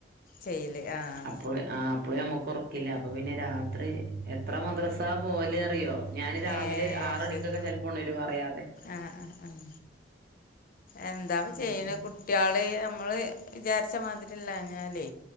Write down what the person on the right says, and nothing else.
അപ്പോ ആപ്പള് ആഹ് ഞമ്മക്ക് ഒറ- കില്ല അപ്പൊ പിന്നെ രാത്രി എത്ര മദ്രസാ പോവല് അറിയോ ഞാന് രാവിലെ
ആറണിക്കൊക്കെ
ചെൽപ്പോ ഉണരും അറിയാതെ
അങ്ങനെ